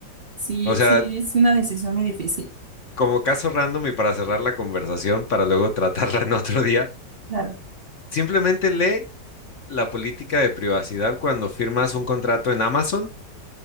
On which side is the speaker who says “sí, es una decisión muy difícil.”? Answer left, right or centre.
Right